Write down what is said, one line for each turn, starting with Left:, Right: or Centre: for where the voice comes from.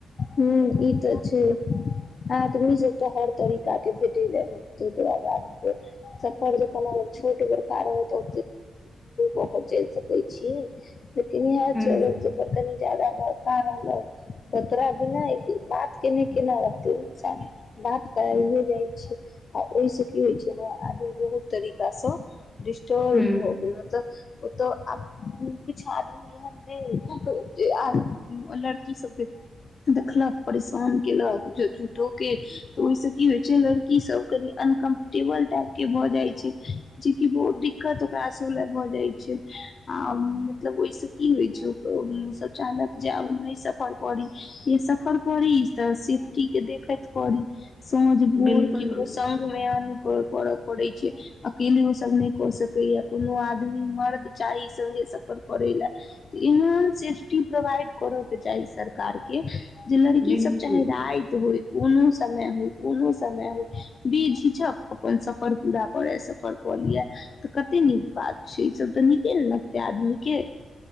Left: हू ई तऽ छै आदमी जेत हर तरीका के भेट ल मत्य द गाड़ीप सफर जना छोट कारण हो बहुत चैल सकै छियें लेकिन इह
Centre: ह
Left: छै नै कनी ज्यादा भरका रहलो त तोरा भना बात केने केना रहत है इन्सान बात करइए जाइ छै आ ओहिसँ की होइ छै ने आदमी बहुत तरीकासँ डिस्टर्ब
Centre: ह
Left: भऽ गेल मलब ओ तऽ किछु आदमी एहन दे कि आ लड़की सबके देखलक परेशान केलक झूठो के तऽ ओहिसँ की होइ छै लड़की ई सब कनि अनकम्फर्टेबल टाइप के भऽ जाइ छै जेकि बहुत दिक्कत ओकरा सब लए भऽ जाइ छै आ मतलब ओहिसँ की होइ छै ओ सब चाहलक जे आब नहि सफर करी से सफर करी तऽ सेफ्टी के देखैत करी सांझ भोर
Centre: बिलकुल
Left: केकरो संघमे कर पड़ै छै अकेले ओ सब नहि कऽ सकैये कोनो आदमी मर्द चाही संगे सफर करै ले तऽ एहन सेफ्टी प्रोवाइड करै के चाही सरकार के कार के जे लड़की
Centre: बिलकुल
Left: सब चाहे राति होय कोनो समय होइ कोनो समय होइ बेझिझक अपन सफर पूरा करे सफर कलिये तऽ कते नीक बात छै ई सब तऽ नीके न लगतै आदमी के